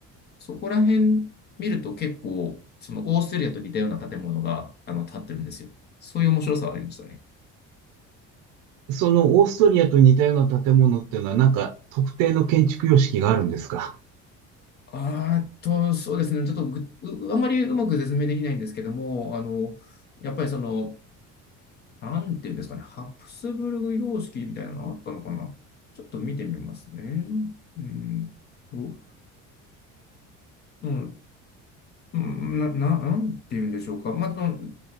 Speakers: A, on the left (about 35°); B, on the right (about 80°).
A: そこら辺見ると結構、そのオーストリアと似たような建物が、あの、建ってるんですよ。そういう面白さはありましたね。
B: そのオーストリアと似たような建物っていうのは、なんか特定の建築様式があるんですか
A: あーっと、そうですね。ちょっとぐ、うあまりうまく説明できないんですけども、あの、やっぱりその、なんていうんですかね、ハプスブルグ様式みたいなのあったのかなちょっと見てみますね。うんと、うん、うんな、な、なんて言うんでしょうか。まあ、その、